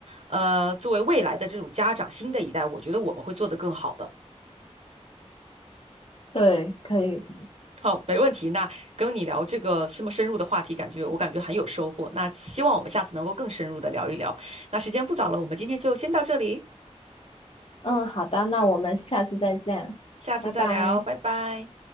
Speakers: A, on the right (about 65°); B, on the left (about 50°).
A: 呃，作为未来的这种家长，新的一代，我觉得我们会做得更好的。
B: 对，可以，
A: 好，没问题。那跟你聊这个这么深入的话题，感觉我感觉很有收获。那希望我们下次能够更深入的聊一聊。那时间不早了，我们今天就先到这里，
B: 嗯，好的，那我们下次再见，
A: 下次再聊，
B: 拜拜。
A: 拜拜。